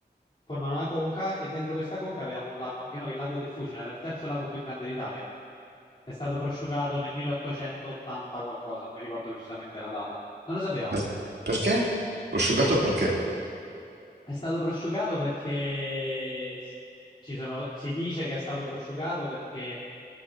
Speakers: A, on the left; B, on the right.
A: Formano una conca e dentro questa conca avevamo un lago, anche noi, il lago del Fucina, era il terzo lago più grande d'Italia. È stato prosciugato nel 1880 qualcosa, non mi ricordo precisamente la data. Non lo sapeva.
B: Per- Perché? Prosciugato perché?
A: È stato prosciugato perché s- ci sono- si dice che è stato prosciugato perché